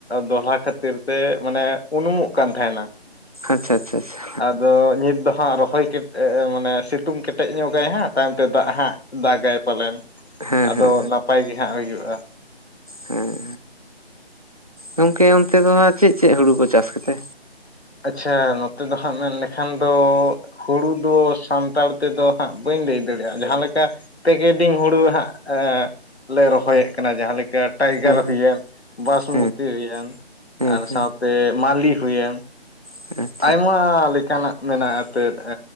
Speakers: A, on the left; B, on the right.
A: ᱫᱚᱞᱦᱟ ᱠᱷᱟᱹᱛᱤᱨ ᱛᱮ ᱢᱟᱱᱮ ᱩᱱᱩᱢᱚᱜ ᱠᱟᱱ ᱛᱟᱦᱮᱸᱱᱟ᱾
B: ᱟᱪᱪᱷᱟ ᱟᱪᱪᱷᱟ ᱟᱪᱪᱷᱟ
A: ᱟᱫᱚ ᱱᱤᱛ ᱫᱚ ᱦᱟᱸᱜ ᱨᱚᱦᱚᱭ ᱠᱮᱴ ᱮ ᱢᱟᱱᱮ ᱥᱤᱛᱩᱝ ᱠᱮᱴᱮᱡ ᱧᱚᱜᱟᱭ ᱦᱟᱸᱜ ᱛᱟᱭᱚᱢ ᱛᱮ ᱫᱟᱜ ᱦᱟᱸᱜ ᱫᱟᱜᱟᱭ ᱯᱟᱞᱮᱱ᱾
B: ᱦᱮᱸ
A: ᱟᱫᱚ
B: ᱦᱮᱸ ᱦᱮᱸ
A: ᱱᱟᱯᱟᱭ ᱜᱮ ᱦᱟᱸᱜ ᱦᱩᱭᱩᱜᱼᱟ᱾
B: ᱦᱮᱸ᱾ ᱜᱚᱝᱠᱮ ᱚᱱᱛᱮ ᱫᱚ ᱦᱟᱸᱜ ᱪᱮᱫ ᱪᱮᱫ ᱦᱩᱲᱩ ᱠᱚ ᱪᱟᱥ ᱜᱮᱛᱮ?
A: ᱟᱪᱪᱷᱟ, ᱱᱚᱛᱮ ᱫᱚ ᱦᱟᱸᱜ ᱢᱮᱱ ᱞᱮᱠᱷᱟᱱ ᱫᱚ ᱦᱩᱲᱩ ᱫᱚ ᱥᱟᱱᱛᱟᱲ ᱛᱮ ᱫᱚ ᱦᱟᱸᱜ ᱵᱟᱹᱧ ᱞᱟᱹᱭ ᱫᱟᱲᱮᱭᱟᱜᱼᱟ᱾ ᱡᱟᱦᱟᱸ ᱞᱮᱠᱟ ᱯᱮᱠᱮᱰᱤᱝ ᱦᱩᱲᱩ ᱦᱟᱸᱜ ᱞᱮ ᱨᱚᱦᱚᱭ ᱮᱫ ᱠᱟᱱᱟ ᱡᱟᱦᱟᱸ ᱞᱮᱠᱟ ᱴᱟᱭᱜᱟᱨ
B: ᱦᱮᱸ ᱦᱮᱸ
A: ᱦᱩᱭᱮᱱ, ᱵᱟᱥᱢᱩᱛᱤ
B: ᱦᱮᱸ
A: ᱦᱩᱭᱮᱱ
B: ᱦᱮᱸ
A: ᱟᱨ
B: ᱦᱮᱸ
A: ᱥᱟᱶᱛᱮ ᱢᱟᱞᱤ ᱦᱩᱭᱮᱱ
B: <inaudible>
A: ᱟᱭᱢᱟ ᱞᱮᱠᱟ ᱱᱟᱜ ᱢᱮᱱᱟᱜᱼᱟ, ᱮᱱᱛᱮᱫ